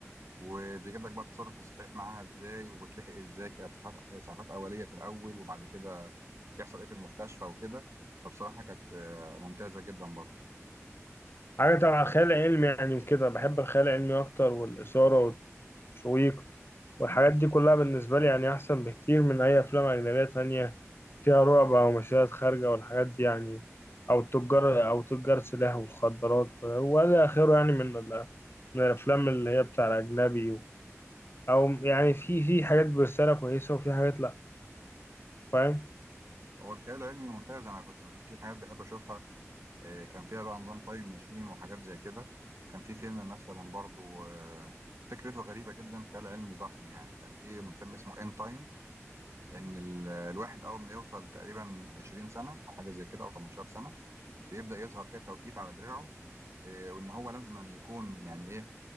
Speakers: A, on the right (about 65°); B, on the left (about 50°).
A: وبيجيب لك بقى التصرف الصحيح معاها ازاي وبتلحق ازاي كاسعافات اسعافات اوليه في الاول وبعد كده يحصل ايه في المستشفى وكده فبصراحه كانت آه، ممتازه جدا برضو
B: حاجة تبع خيال علمي يعني وكده بحب الخيال العلمي أكتر والإثارة والتشويق والحاجات دي كلها بالنسبة لي يعني أحسن بكتير من أي أفلام أجنبية تانية فيها رعب أو مشاهد خارجة والحاجات دي يعني أو تجار أو تجار سلاح والمخدرات ولا آخره يعني من ال- من الأفلام اللي هي بتاع الأجنبي أو يعني في في حاجات برسالة كويسة وفي حاجات لأ فاهم؟
A: هو الخيال العلمي ممتاز انا كنت بح- في حاجات بحب اشوفها آه، كان فيها بقى نظام تايم ماشين وحاجات زي كده كان في فيلم مثلا برضو آه، فكرته غريبه جدا خيال علمي ضحني يعني كان في فيلم اسمه ان تايم ان ال- الواحد اول ما يوصل تقريبا 20 سنه او حاجه زي كده او 18 سنه بيبدا يظهر كده توقيت على دراعه آه، وان هو لازم أن يكون يعني ايه